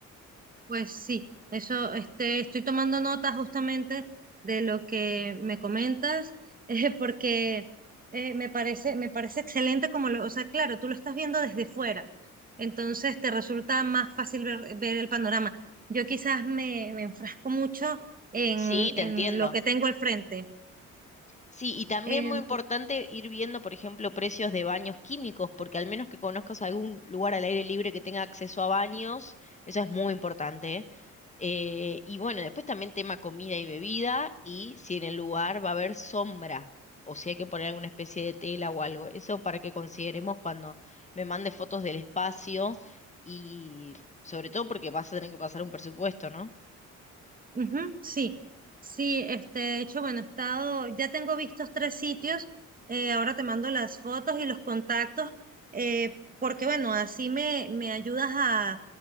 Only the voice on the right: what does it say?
Pues sí, eso este, estoy tomando nota justamente de lo que me comentas, <laughs> eh, porque eh, me parece, me parece excelente como lo, o sea, claro, tú lo estás viendo desde fuera, entonces te resulta más fácil ver, ver el panorama. Yo quizás me, me enfrasco mucho en,
en
lo que tengo al frente.
em,
Ujú, sí, sí, este, de hecho, bueno, he estado, ya tengo vistos tres sitios, eh, ahora te mando las fotos y los contactos, eh, porque bueno, así me, me ayudas a,